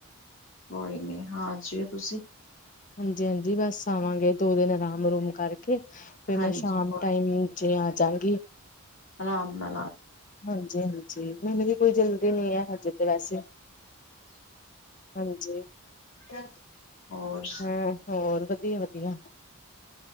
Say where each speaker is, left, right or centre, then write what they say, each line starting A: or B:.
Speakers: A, on the left; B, on the left.
A: ਕੋਈ ਨਹੀਂ, ਹਾਂ ਜੀ ਤੁਸੀਂ
B: ਹਾਂਜੀ-ਹਾਂਜੀ ਬੱਸ ਆਵਾਂਗੇ, ਦੋ ਦਿਨ ਆਰਾਮ-ਅਰੂਮ ਕਰਕੇ ਫਿਰ
A: ਹਾਂਜੀ
B: ਮੈਂ ਸ਼ਾਮ
A: ਕੋਈ
B: ਟਾਈਮ ਨੀਚੇ ਆਜਾਂਗੀ।
A: ਅਰਾਮ ਨਾ
B: ਹਾਂਜੀ-ਹਾਂਜੀ ਮੈਨੂੰ ਵੀ ਕੋਈ ਜਲਦੀ ਨੀ ਐ ਹਜੇ। ਤੇ ਵੈਸੇ, ਹਾਂਜੀ।
A: ਆਂ, ਹੋਰ ਸ
B: ਹਾਂ ਹੋਰ, ਵਧੀਆ-ਵਧੀਆ।